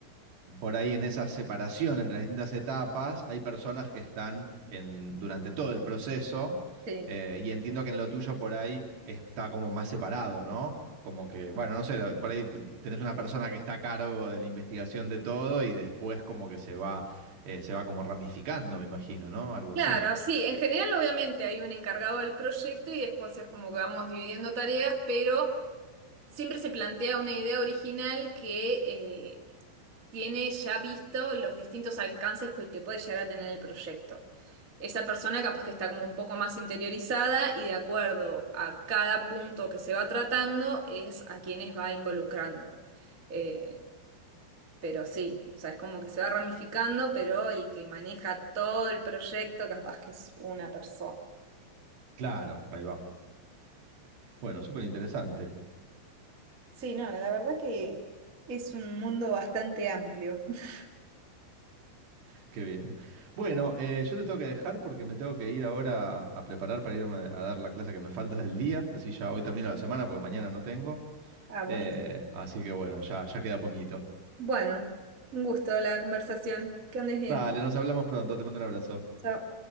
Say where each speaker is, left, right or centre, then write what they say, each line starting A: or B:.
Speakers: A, on the right; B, on the right.
A: por ahí en esa separación entre las distintas etapas, hay personas que están en, durante todo el proceso
B: Sí.
A: eh, y entiendo que en lo tuyo por ahí es- está como más separado, ¿no? Como que, bueno, no sé, por ahí tenés una persona que está a cargo de la investigación de todo y después como que se va, eh, se va como ramificando, me imagino, ¿no? Algo
B: Claro,
A: así.
B: sí. En general, obviamente, hay un encargado del proyecto y después es como que vamos dividiendo tareas, pero siempre se plantea una idea original que eh, tiene ya visto los distintos alcances que que puede llegar a tener el proyecto. Esa persona capaz que está como un poco más interiorizada y de acuerdo a cada punto que se va tratando es a quienes va involucrando. Eh, pero sí, o sea, es como que se va ramificando, pero el que maneja todo el proyecto capaz que es una persona.
A: Claro, ahí va. Bueno, súper interesante.
B: Sí, no, la verdad que es un mundo bastante amplio. <laughs>
A: Qué bien. Bueno, eh, yo te tengo que dejar porque me tengo que ir ahora a, preparar para irme a dar la clase que me falta del día. Así ya hoy termino la semana porque mañana no tengo.
B: Ah, buenísimo.
A: Eh, así que bueno, ya, ya queda poquito.
B: Bueno, un gusto la conversación. Que andes bien.
A: Dale, nos hablamos pronto. Te mando un abrazo.
B: Chao.